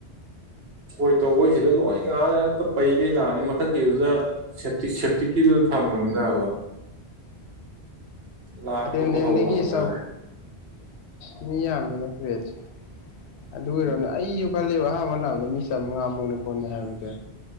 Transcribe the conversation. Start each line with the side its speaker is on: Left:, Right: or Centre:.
Right: ꯍꯣꯏ ꯇꯧꯕꯣꯏꯁꯤꯗ ꯂꯣꯏ ꯉꯥꯜꯂꯦ ꯄꯩ ꯀꯩ ꯂꯥꯛꯑꯅꯤ ꯃꯊꯛꯀꯤꯗꯨꯗ ꯁꯦꯞꯇꯤ ꯁꯦꯞꯇꯤꯛꯀꯤꯗꯨꯗ ꯊꯝꯃꯅꯤꯗꯕ ꯂꯥꯛꯄꯕꯨ
Left: ꯑꯗ
Right: ꯍꯧꯕ ꯍꯧꯅꯔꯦ
Left: ꯁ ꯃꯤ ꯌꯥꯝꯃꯦꯅ ꯀ꯭ꯔꯦꯠꯁ ꯑꯗꯨ
Right: ꯎꯝ
Left: ꯑꯣꯏꯔꯕꯣꯅ ꯑꯩꯁꯨ ꯈꯜꯂꯦꯕ ꯑꯍꯥꯟꯕ ꯂꯅꯥꯥꯟꯕꯗ ꯃꯤ ꯆꯥꯝꯃꯉꯥ ꯑꯃꯃꯨꯛꯅꯦ ꯍꯣꯠꯅꯤ ꯍꯥꯏꯕꯗ